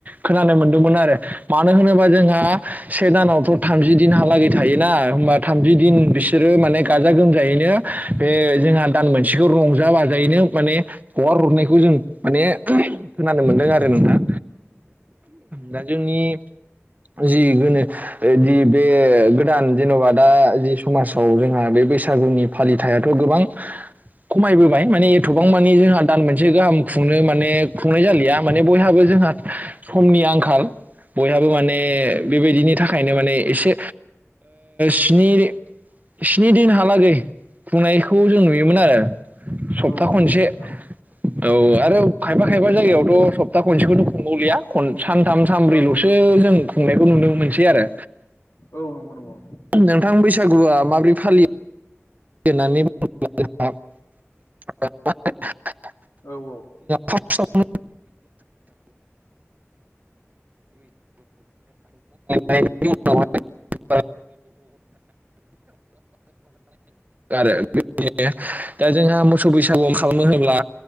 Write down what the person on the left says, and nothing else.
औ नंगौ
नंगौ नोंथां
औ
औ नंगौ नंगौ
औ औ